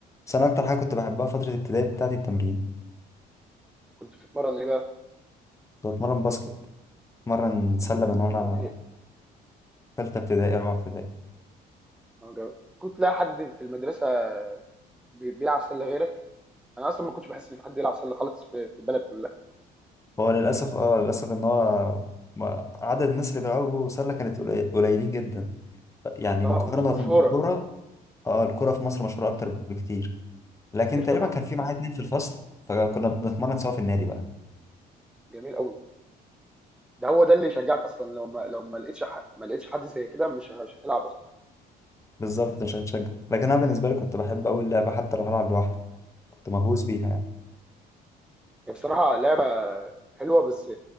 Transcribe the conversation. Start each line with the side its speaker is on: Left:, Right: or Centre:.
Left: بس انا اكتر حاجة كنت بحبها فترة الابتدائي بتاعتي التمرين
Centre: كنت بتتمرن ايه بقى
Left: كنت بتمرن باسكت بتمرن سلة من وانا
Centre: جميل
Left: تالتة ابتدائي رابعة ابتدائي
Centre: اه جميل كنت تلاقي حد في المدرسه بي- بيلعب سله غيرك انا اصلا ما كنتش بحس ان في حد يلعب سله خالص في في البلد كلها
Left: هو للاسف اه للاسف ان هو ما- عدد الناس اللي بيلعبوا سلة كانت قليل- قليلين جدا يعني
Centre: اه
Left: مقارنة
Centre: مش مشهوره
Left: بالكورة اه الكرة في مصر مشهورة أكتر بكتير لكن
Centre: كتير
Left: تقريبا
Centre: طبعا
Left: كان
Centre: اه
Left: في معايا اتنين في الفصل فكنا بنتمرن سوا في النادي بقى
Centre: جميل قوي ده هو ده اللي يشجعك اصلا لو ما لو ما لقيتش ح- ما لقيتش حد زي كده مش ه- مش هتلعب اصلا
Left: بالظبط مش هتشجع لكن أنا بالنسبة لي كنت بحب أوي اللعبة حتى لو هلعب لوحدي كنت مهووس
Centre: مم.
Left: بيها يعني
Centre: هي بصراحه لعبه حلوه بس